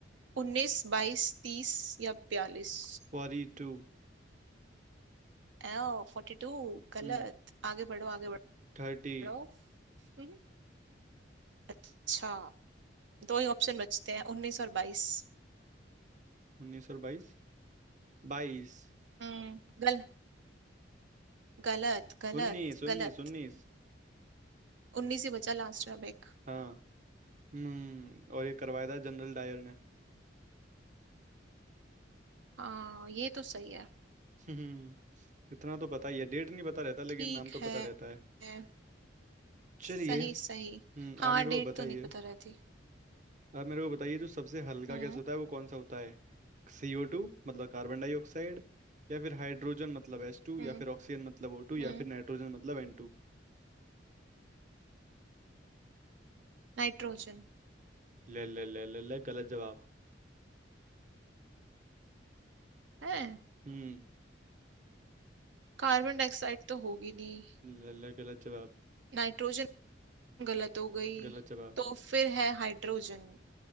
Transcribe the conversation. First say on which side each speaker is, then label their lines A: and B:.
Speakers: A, on the right; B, on the right.
A: उन्नीस बाईस तीस या बयालीस
B: फोर्टी टू
A: एओ फोर्टी टू गलत
B: हम्म
A: आगे बढ़ो आगे
B: थर्टी
A: बढ़ो हम्म, अच्छा दो ही ऑप्शन बचते हैं उन्नीस और बाईस
B: उन्नीस और बाईस बाईस
A: हम्म गल गलत गलत
B: उन्नीस उन्नीस
A: गलत
B: उन्नीस
A: उन्नीस ही बचा लास्ट में अब एक
B: हाँ हम्म और ये करवाया था जनरल डायर ने
A: हाँ ये तो सही है
B: <laughs> हम्म इतना तो पता ही है डेट नहीं पता रहता लेकिन
A: ठीक
B: नाम तो
A: है
B: पता रहता है
A: है,
B: चलिए
A: सही सही
B: हम्म
A: हाँ
B: आप मेरे
A: डेट
B: को बताइए
A: तो नहीं पता रहती
B: आप मेरे को बताइए जो सबसे हल्का
A: हम्म
B: गैस होता है वो कौन सा होता है सीओ टू मतलब कार्बन डाइऑक्साइड या फिर हाइड्रोजन मतलब एस टू या
A: हम्म
B: फिर ऑक्सीजन मतलब ओ टू या
A: हम्म
B: फिर नाइट्रोजन मतलब एन टू
A: नाइट्रोजन
B: ले ले ले ले ले गलत जवाब
A: है
B: हम्म
A: कार्बन डाइऑक्साइड तो होगी नहीं
B: ले ले गलत जवाब
A: नाइट्रोजन गलत हो गई
B: गलत जवाब
A: तो फिर है हाइड्रोजन